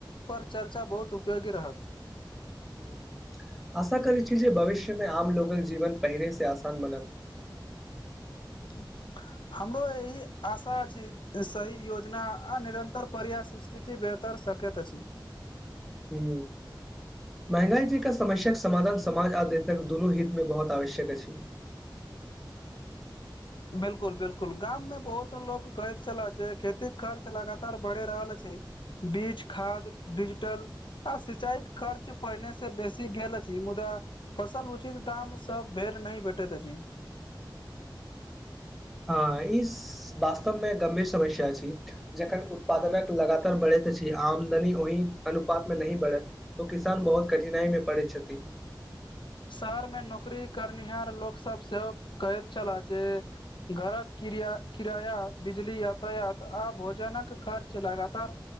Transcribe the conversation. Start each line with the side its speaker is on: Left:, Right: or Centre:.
Left: पर चर्चा बहुत उपयोगी रहत
Centre: हम्म। आशा करै छी जे भविष्यमे आम लोकक जीवन पहिने से आसान बनत
Left: ह हमरो एहि आशा अछि सही योजना आ निरन्तर प्रयास स्थिति बेहतर सकैत अछि
Centre: हू महंगाई जे के समस्याक समाधान समाज आ देशक दुनू हित मे बहुत आवश्यक अछि
Left: बिल्कुल बिल्कुल गाम मे बहुत लोग कहैत छले जे खेती खर्च लगातार बढ़ि रहल अछि बीच खाद डिजिटल आ सिंचाई के खर्च पहिने से बेसी गेल अछि मुदा फसल उचित दाम सब भेर नहि भेटैत अछि
Centre: हँ ई वास्तवमे गंभीर समस्या छी जखन उत्पादनक लगातार बढ़ैत अछि आमदनी ओहि अनुपात मे नहि बढ़ैत ओ किसान बहुत कठिनाई मे पड़ैत छथि
Left: शहर मे नौकरी करनिहार लोक सब सेहो कहैत छला जे घरक किराया बिजली यातायात आ भोजनक खर्च लगातार